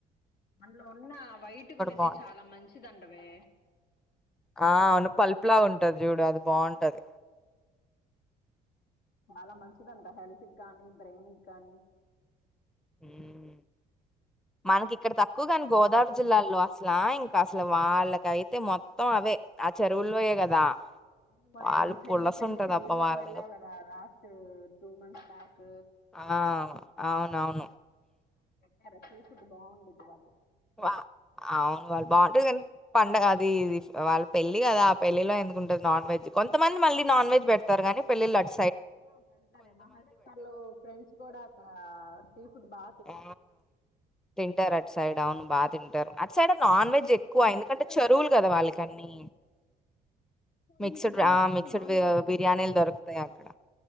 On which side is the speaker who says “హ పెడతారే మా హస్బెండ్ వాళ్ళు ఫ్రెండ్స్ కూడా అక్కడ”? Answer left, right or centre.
Left